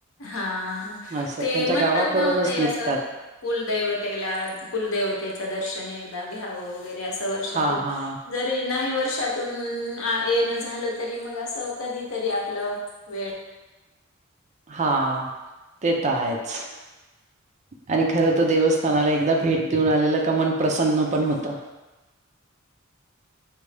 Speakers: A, on the left; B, on the right.
A: हा
B: असं
A: ते
B: त्यांच्या
A: म्हणतात
B: गावाकडूनच
A: न हो ताई
B: निघतात.
A: असं कुलदैवतेला कुलदेवतेच दर्शन एकदा घ्याव वगैरे अस वर्षातून
B: हा हा
A: जर की नाही वर्षातून येण झालं तरी मग असं कधी तरी आपलं वेळ
B: हा, ते त आहेच. आणि खर तर देवस्थानाला एकदा भेट देऊन आलेलं का मन प्रसन्न पण होतं.
A: <inaudible>